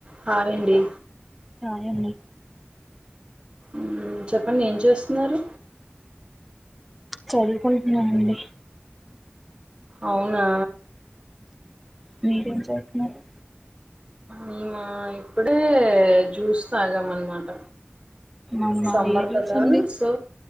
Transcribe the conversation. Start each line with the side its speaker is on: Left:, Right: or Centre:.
Right: హాయ్ అండి
Centre: హాయ్ అండి
Right: మ్మ్ చెప్పండి ఏం చేస్తున్నారు
Centre: చదువుకుంటున్నానండి
Right: అవునా
Centre: మీరేం చేస్తున్నారు
Right: మేమా ఇప్పుడే జ్యూస్ తాగాం అనమాట
Centre: అవునా
Right: సమ్మర్
Centre: ఏ జ్యూస్
Right: కదా
Centre: అండి
Right: సో